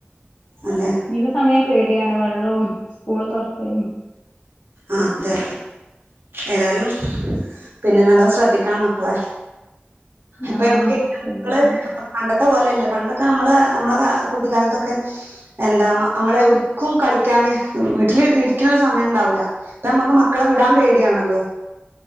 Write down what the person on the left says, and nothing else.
<unintelligible> സമയം പേടിയാണ് വെള്ളവും സ്കൂള് തുറക്കലും
ആഹ്
ശ്രദ്ധിക്കണം